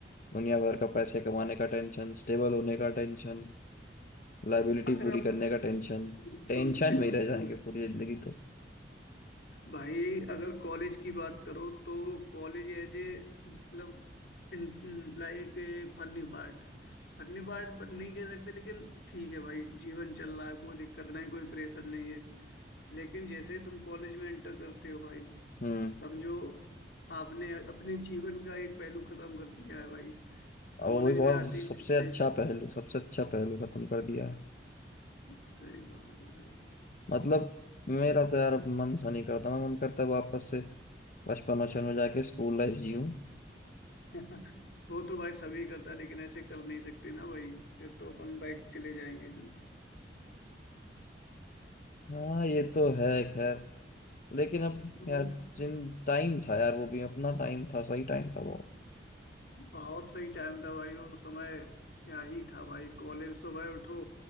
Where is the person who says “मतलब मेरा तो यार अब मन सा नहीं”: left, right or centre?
Left